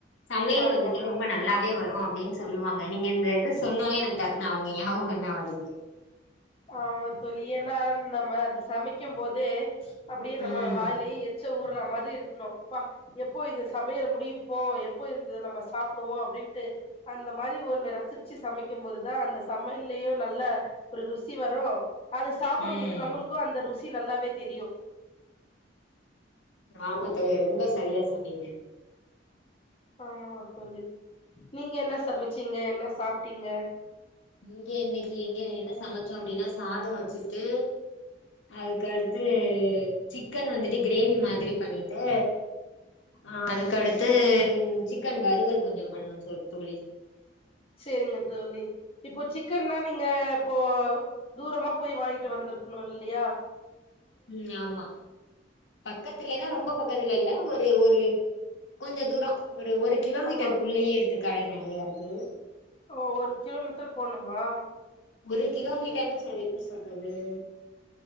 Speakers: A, on the left; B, on the left.
A: சமையல்
B: ஆமா
A: வந்துட்டு ரொம்ப நல்லாவே வரு அப்டின்னு சொல்லுவாங்க நீங்க இந்த இது சொன்னவுனே எனக்கு டக்குன்னு அவுங்க ஞாவகந்தா வருது
B: ஆமா தோழி ஏன்னா நம்ம அது சமைக்கும் போதே அப்பிடியே நம்ம
A: ம்
B: வாயிலயே எச் ச ஊறறா மாரி இருக்கணு ப்பா எப்போ இது சமையல முடிப்போ எப்போ இத நம்ம சாப்புடுவோ அப்டின்ட்டு அந்த மாரி ஒன்ன ரசிச்சு சமைக்கும் போதுதா அந்த சமையல்லயு நல்ல ஒரு ரு சி வரு அது சாப்புடும்போது
A: ம்
B: நம்மளுக்கு அந்த ரு சி நல்லாவே தெரியு
A: ஆமா தோழி ரொம்ப சரியா சொன்னீங்க
B: ஆமா தோழி நீங்க என்ன சமச்சீங்க என்ன சாப்ட்டீங்க
A: இங்க இன்னக்கி இங்க என்ன சமைச்சோ அப்டின்னா சாதோ வச்சிட்டு அதுக்கடுத்து சிக்கன் வந்துட்டு கிரேவி மாதிரி பண்ணிட்டு ஆ அதுக்கடுத்து சிக் கன் வறுவள் கொஞ்சோ பண்ணம் சொல் தோழி
B: சேரிங்க தோழி இப்போ சிக்கன்னா நீங்க இப்போ தூரமா போய் வாங்கிட்டு வந்துருக்கணு இல்லியா
A: ம் ஆமா பக்கத்துலன்னா ரொம்ப பக்கத்துல இல்ல ஒர் டே ஒரு கொஞ்ச தூரோ ஒரு ஒரு கிலோமீட்டருக்குள்ளயே
B: ஆமா
A: இருக்கு கடங்க நறையா இருக்கு
B: ஓ ஒரு கிலோமீட்டர் போணுமா
A: ஒரு கிலோமீட்டர்ன் சார்க்க சொல்றது